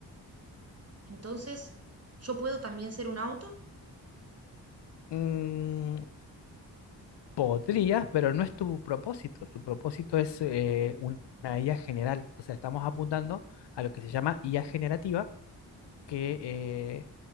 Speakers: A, on the right; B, on the left.
A: Entonces, ¿yo puedo también ser un auto?
B: Mm, podrías, pero no es tu propósito. Tu propósito es eh, un- una IA general. O sea, estamos apuntando a lo que se llama IA generativa, que eh,